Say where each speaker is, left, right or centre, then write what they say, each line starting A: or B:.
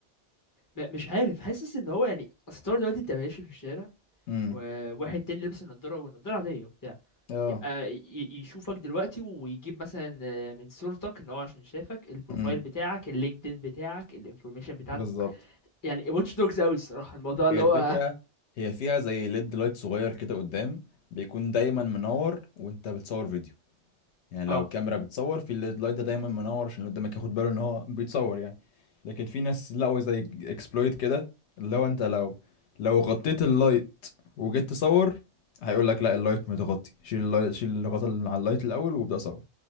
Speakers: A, on the left; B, on the left.
A: م- مش عارف حاسس ان هو يعني اصل طول دلوقتي انت ماشي في الشارع
B: امم
A: وواحد تاني لابس النضاره والنضاره عاديه وبتاع
B: اه
A: يبقى ي- ي- يشوفك دلوقتي ويجيب مثلا آه، من صورتك ان هو عشان شافك البروفايل
B: امم
A: بتاعك اللينكدين بتاعك الانفورميشن بتاعتك
B: بالظبط
A: يعني واتش دوجز اوي الصراحه الموضوع اللي
B: هي الفكرة
A: هو
B: هي فيها زي ليد لايت صغير كده قدام بيكون دايما منور وانت بتصور فيديو يعني
A: اه
B: لو الكاميرا بتصور في اللاين ده دايما منور عشان اللي قدامك ياخد باله ان هو بيتصور يعني لكن في ناس لقوا زي اكسبلويت كده اللي هو انت لو لو غطيت اللايت وجيت تصور هيقول لك لا اللايت متغطي شيل اللايت شيل الغطا اللي على اللايت الاول وابدا صور